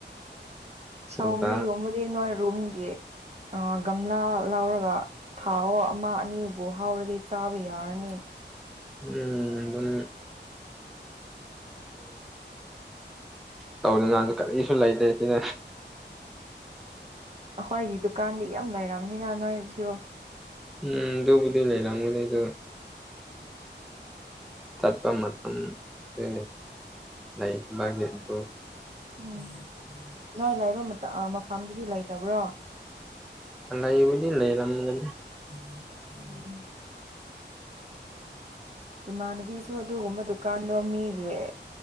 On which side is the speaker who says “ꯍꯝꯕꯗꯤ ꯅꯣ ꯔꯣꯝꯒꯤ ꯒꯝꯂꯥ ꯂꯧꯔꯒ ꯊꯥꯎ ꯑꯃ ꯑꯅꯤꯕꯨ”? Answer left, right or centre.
Right